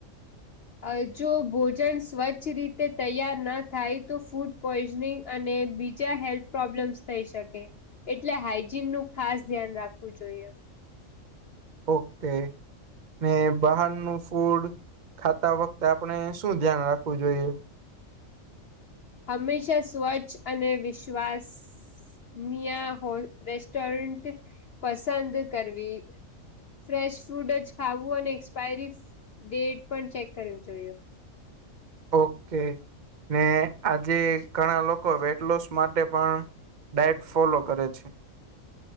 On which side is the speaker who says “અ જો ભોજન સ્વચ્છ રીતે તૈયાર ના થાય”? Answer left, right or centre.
Left